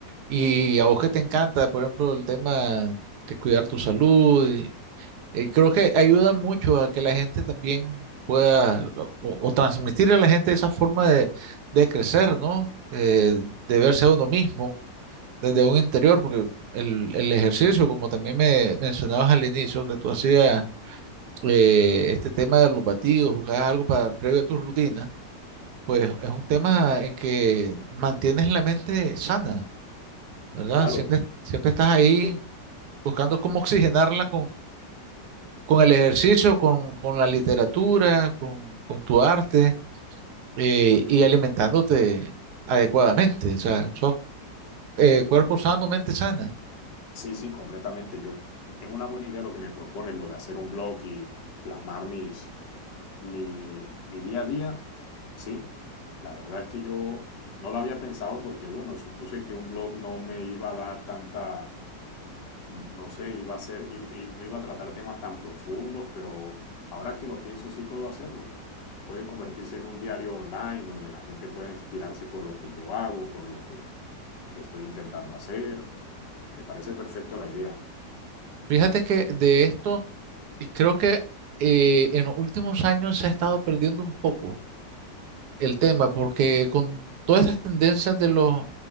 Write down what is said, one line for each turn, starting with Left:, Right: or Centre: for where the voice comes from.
Right: Y a vos que te encanta, por ejemplo, el tema de cuidar tu salud eh, creo que ayuda mucho a que la gente también pueda o, o transmitirle a la gente esa forma de, de crecer, ¿no? Eh, de verse a uno mismo desde un interior, porque el, el ejercicio, como también me mencionabas al inicio, que tú hacías eh, este tema de los batidos, jugabas algo para, previo a tu rutina, pues es un tema en que mantienes la mente sana, ¿verdad?
Left: claro.
Right: Siempre, siempre estás ahí
Left: sí,
Right: buscando cómo oxigenarla con el ejercicio, con, con la literatura, con, con tu arte eh, y alimentándote adecuadamente. O sea, sos eh, cuerpo sano, mente sana.
Left: Sí, sí, completamente. Yo, es una buena idea lo que me propones, lo de hacer un blog y plasmar mis, mi, mi día a día Sí, la verdad es que yo no lo había pensado porque, bueno, supuse que un blog no me iba a dar tanta, mm, no sé, iba a ser, i- i- no iba a tratar temas tan profundos, pero ahora que lo pienso sí puedo hacerlo. Puede convertirse en un diario online donde la gente pueda inspirarse por lo que yo hago, por lo que estoy intentando hacer. Me parece perfecto la idea.
Right: Fíjate que de esto y creo que eh, en los últimos años se ha estado perdiendo un poco el tema porque con todas estas tendencias de los,